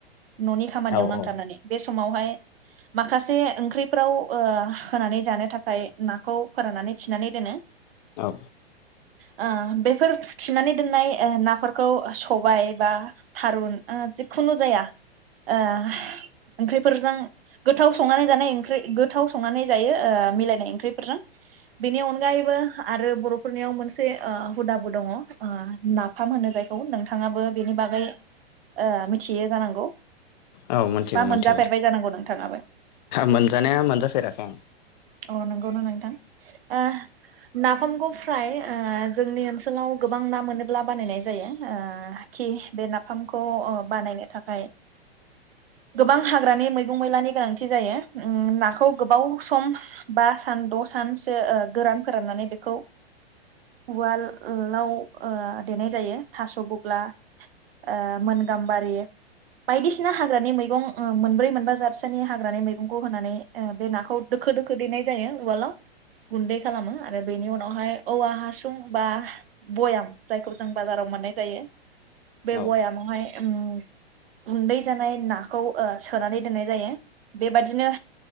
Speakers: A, on the right; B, on the left.
A: न'नि खामानियाव
B: औ
A: नांथाबनानै
B: औ
A: बे - समावहाय माखासे ओंख्रिफ्राव ओ होनानै जानो थाखाय नाखौ फोराननानै थिनानै दोनो।
B: औ।
A: ओ बेफोर थिनानै दोननाय ओ नाफोरखौ सबाय, बा थारुन ओ जिखुनु जाया ओह ओंख्रिफोरजों गोथाव संनानै जानाय ओंख्रै गोथाव संनानै जायो ओ मिलायना ओंख्रिफोरजों बेनि अन अनगायैबो आरो बर'फोरनियाव मोनसे ओ हुदाबो दङ ओ नाफाम होनो जायखौ नोंथाङाबो बेनि बागै ओ मिथियो जानांगौ
B: औ मोनथिगौ
A: बा
B: मोनथिगौ
A: मोनजाफेरबाय जानांगौ नोंथाङाबो
B: मोनजानाया मोनजाफेराखै आं।
A: अ नंगौना नोंथां। आ नाफामखौ फ्राय ओ जोंनि ओनसोलाव गोबां ना मोनोब्ला बानायनाय जायो। ओ खि बे नाफामखौ ओ बानायनो थाखाय गोबां हाग्रानि मैगं मैलानि गोनांथि जायो। ओ नाखौ गोबाव सम बा सान द' सानसो ओ गोरान फोराननानै बेखौ उवालाव ओ देनाय जायो। थास' बग्ला ओ मोन गाम्बारि बायदिसिना हाग्रानि मैगं ओ मोनब्रै मोनबा जादसोनि हाग्रानि मैगंखौ होनानै ओ बे नाखौ दोखो दोखो देनाय जायो उवालाव गुन्दै खालामो आरो बेनि उनावहाय औवा हासुं बा भयाम जायखौ जों बाजाराव मोननाय जायो
B: औ
A: बे
B: औ
A: बयामावहाय ओम गुन्दै जानाय नाखौ सोनानै दोननाय जायो बेबादिनो,